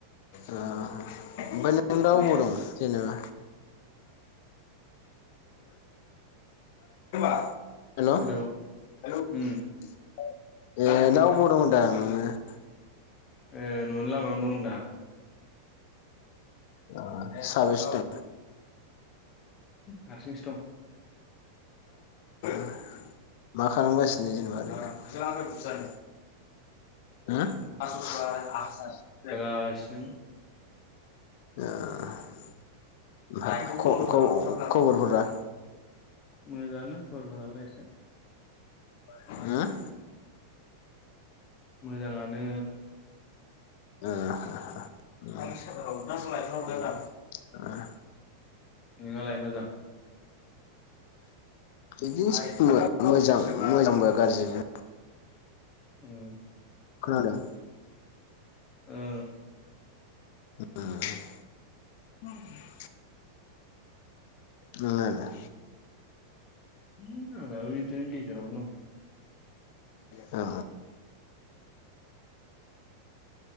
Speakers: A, on the left (about 50°); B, on the left (about 25°).
A: ओ ओमफ्राय नों दा अबाव दं जेनेबा? <unintelligible> हेल'
B: हेलौ
A: ए दा
B: उम
A: अबाव बङ' होनदां नोङो
B: ए न'नो लामायावनो दं होनदां।
A: आ साबसे दं
B: हारसिंसो दं
A: <unintelligible> <unintelligible> मा खालामगासिनो जेनेबा ओरैनो हो
B: गासिनोमोन
A: ओ ओमफ्राय खबर खबर खबरफोरा
B: मोजाङानो खरफोरालाय एसे
A: होम
B: मोजाङानो
A: <unintelligible>
B: नोंङालाय मोजां
A: बिदिनोसै मोजां मोजांबो गाज्रिबो
B: उम
A: खोनादों
B: उम
A: उम नोंनालाय
B: है आंनाबो बिदिनो गेजेरावनो दं
A: अ